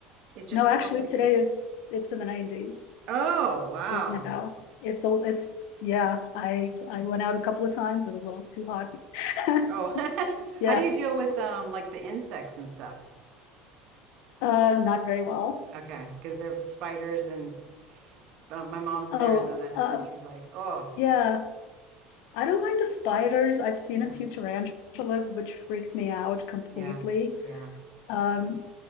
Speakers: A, on the right (about 55°); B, on the left (about 70°).
A: it just
B: No, actually
A: feels like
B: today
A: it's.
B: is it's in the 90s.
A: Oh, wow.
B: right now. It's a, it's, yeah, I, I went out a couple of times. It was a little too hot. <laughs>
A: Oh, <laughs>
B: Yeah,
A: how do you deal with um, like the insects and stuff?
B: uh, not very well.
A: Okay, Okay, 'cause there's spiders and uh, my mom's
B: Oh,
A: in Arizona
B: uh,
A: and she's like, "Oh,
B: yeah, I don't mind the spiders. I've seen
A: yeah,
B: a few tarantulas, which freaked me out completely.
A: yeah, yeah,
B: Um,